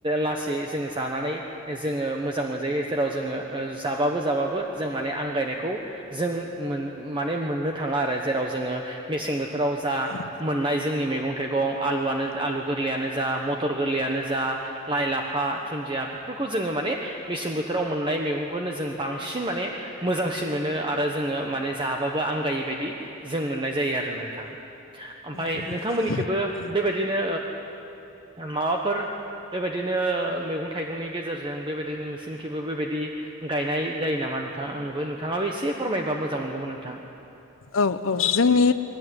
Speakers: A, on the right; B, on the left.
A: लासै जोंङो जानानै जोंङो मोजां मोनजायो जेराव जोंङो जाबाबो जाबाबो जों माने आंगायनायखौ जों माने मोननो थांङा आरो जेराव जोङो मेसें बोथोराव जा
B: नंगौ
A: मोननाय जोंनि मैगं थाइगं आलुआनो आलु गोरलैयानो जा मटर गोरलैयानो जा लाइ लाफा दुन्दिया बेफोरखौ जोंङो माने मेसें बोथोराव मोननाय मैगंखौनो जों बांसिन माने मोजांसिन मोनो आरो जोंङो माने जाबाबो आंगायि बायदि जों मोननाय जायो आरो नोंथां ओमफ्राय
B: नंगौ
A: नोंथांमोननिखबो
B: औ
A: बेबायदिनो माबाफोर बेबायदिनो मैगं थाइगंनि गेजेरजों बेबायदिनो नोंसिनि खिबो बेबायदि गायनाय जायो नामा नोंथां आंङोबो नोंथांङाबो एसे फोरमायोबा मोजां मोनगौमोन नोंथां
B: औ-औ जोंनि